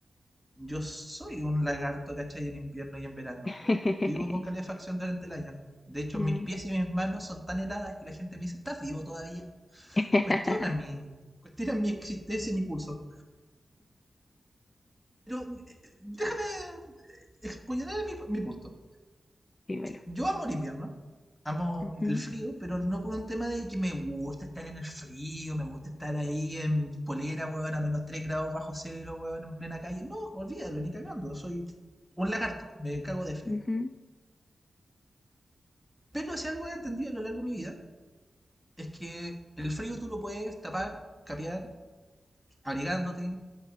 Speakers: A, in the centre; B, on the left.
A: yo soy un lagarto, ¿cachai? En invierno y en verano.
B: <laughs>
A: Yo vivo con calefacción durante el año. De hecho,
B: Mm.
A: mis pies y mis manos son tan heladas que la gente me dice, ¿estás vivo todavía?
B: <laughs>
A: Cuestiona mi, cuestiona mi existencia y mi pulso. Pero eh, déjame exponer mi, mi punto.
B: Dímelo.
A: Yo amo el invierno, amo
B: Ujú,
A: el frío, pero no por un tema de que me gusta estar en el frío, me gusta estar ahí en polera, weón, a menos 3 grados bajo cero, weón, en plena calle. No, olvídalo, ni cagando. Soy un lagarto, me cago de frío.
B: ujú,
A: Pero si algo he entendido a lo largo de mi vida es que el frío tú lo puedes tapar, capear, abrigándote,